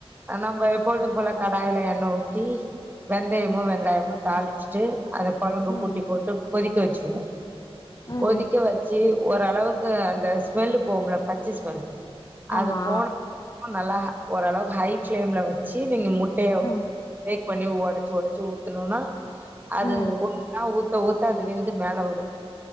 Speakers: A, on the right; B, on the left.
A: நம்ம எப்பொழுது போல கடாயில எண்ணெ ஊத்தி வெந்தயமு
B: ம்
A: வெங்காயமு தாளிச்சிட்டு அத கொழம்பு கூட்டி
B: ம்
A: போட்டு கொதிக்க வச்சிருவோ
B: ம்
A: கொதிக்க வச்சி ஓரளவுக்கு அந்த ஸ்மெல்லு போகும்ல பச்ச ஸ்மெல்
B: ஆமா
A: அது போன ஒன்ன நல்லா ஓரளவுக்கு ஹை பிளேம்ல வச்சு நீங்க முட்டய
B: ம்
A: பிரேக் பண்ணி ஒடச்சி ஒடச்சி ஊத்துனோன்னா அது
B: ம்
A: ஒன்னா ஊத் த ஊத்த அது வெந்து மேல வரு